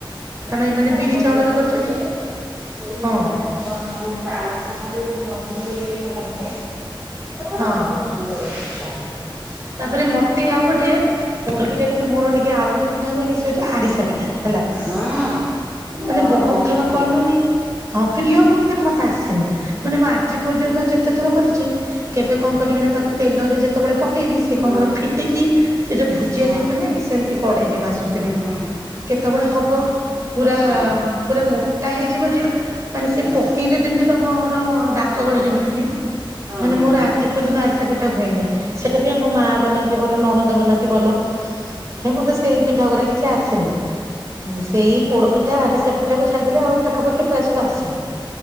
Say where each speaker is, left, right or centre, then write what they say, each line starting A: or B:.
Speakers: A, on the right; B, on the right.
A: କାରଣ ଏମାନେ ବିରି
B: କଦଳୀ
A: ଚାଉଳରେ
B: ପତ୍ରରେ
A: କରିଛନ୍ତି
B: ଯୋଉ
A: ହଁ
B: ମାନେ ମାନେ ଚାଉଳ ଚୁନାରେ ଯୋଉ ଜନ୍ତୁଣି କରିକି କରନ୍ତି ସେ ଗୋଟେ
A: ହଁ।
B: ବହୁତ ସୁନ୍ଦର ଲାଗୁଛି ନା ।
A: ତାପରେ ମତେ ଆଉ ଗୋଟେ ପୋଡ ପିଠା ଟେ ମୋର ଟିକେ ଆଉ ଗୋଟେ ପିଠା ହୁଏନି ସେ ହଉଛି ଆରିସା ପିଠା। ହେଲା।
B: ହଁ ମୋର
A: ମାନେ ବହୁତ
B: ଭାରି
A: ଥର
B: ପ୍ରିୟ।
A: କଲୁଣି ହଁ ପ୍ରିୟ ବହୁତ କିନ୍ତୁ ମତେ ଆସେନି ।ମାନେ ମୁଁ ଆଜି ପର୍ଯ୍ୟନ୍ତ ଯେତେ ଥର କରିଛି
B: ହଁ
A: କେବେ କଣ କରିବି ନା ତାକୁ ତେଲରେ ଯେତେବେଳେ ପ ଇବି ସେ କଣ
B: ହଁ
A: କର ଫିଟିକି ସେ ଯୋଉ ଭୁଜିଆ
B: ହଁ
A: ଯେମିତି ହୁଏନି ସେମିତି କଡେଇରେ ଭାସୁଥିବେ।
B: ହଁ।
A: କେ କେତବଳେ ହବ? ପୁରା
B: ହଁ ହଁ
A: ପୁରା ମୋଟା ହେଇଯିବ ଯେ ମାନେ ସେ
B: ହଁ
A: ପକେଇଲେ ଯେମତି ତମର ଦା ତରଳି ଯିବ ଯେମିତି
B: ହଁ ହଁ
A: ମାନେ
B: ହଁ
A: ମୋର ଆଜି ପର୍ଯ୍ୟନ୍ତ ଆରିସା ପି ତା ହୁଏନି । ସେଟା ବି ଆମ ମା ବନା ବଲ ନଣନ୍ଦ ବନାନ୍ତି ବଲ। ହେ ମତେ ସେଇ ପିଠା ଗୁରା କିଛି ଆସେନି। ହୁଁ ସେଇ ପୋଡ ପିଠା, ଆରିସା ପିଠାକୁ ଛାଡିଦେଲେ ଆଉ ପାଖାପାଖି ପ୍ରାୟ ସବୁ ଆସେ।